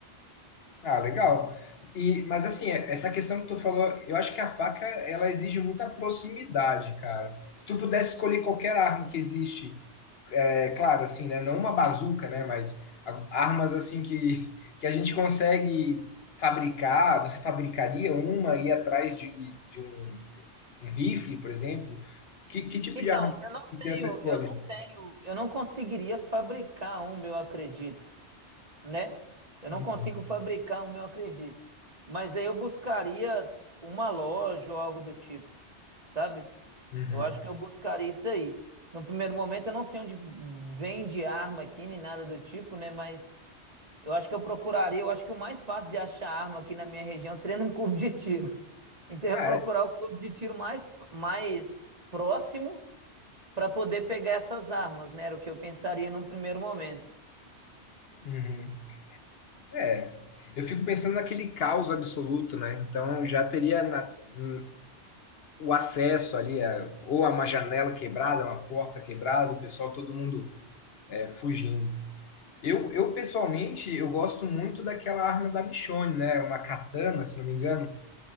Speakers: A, on the left; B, on the right.
A: Ah, legal. E, mas assim, é- essa questão que tu falou, eu acho que a faca, ela exige muita proximidade, cara. Se tu pudesse escolher qualquer arma que existe, é claro, assim, né, não uma bazuca, né, mas a- armas assim que, que a gente consegue fabricar, você fabricaria uma e ir atrás de, de um, um rifle, por exemplo? Que, que tipo
B: Então,
A: de arma
B: eu não
A: que seria
B: tenho,
A: a tua escolha?
B: eu não tenho, eu não conseguiria fabricar um, eu acredito. né? Eu
A: Uhum.
B: não consigo fabricar o meu, acredito. Mas aí eu buscaria uma loja ou algo do tipo, sabe?
A: Uhum.
B: Eu acho que eu buscaria isso aí. No primeiro momento, eu não sei onde vende arma aqui, nem nada do tipo, né? Mas eu acho que eu procuraria. Eu acho que o mais fácil de achar arma aqui na minha região seria num clube de tiro. Então,
A: Ah,
B: eu ia procurar
A: é.
B: o clube de tiro mais, mais próximo para poder pegar essas armas, né? Era o que eu pensaria num primeiro momento.
A: Uhum. É, eu fico pensando naquele caos absoluto, né? Então já teria na- hum, o acesso ali, a- ou a uma janela quebrada, uma porta quebrada, o pessoal, todo mundo é, fugindo. Eu, eu pessoalmente, eu gosto muito daquela arma da Michonne, né? Uma katana, se não me engano.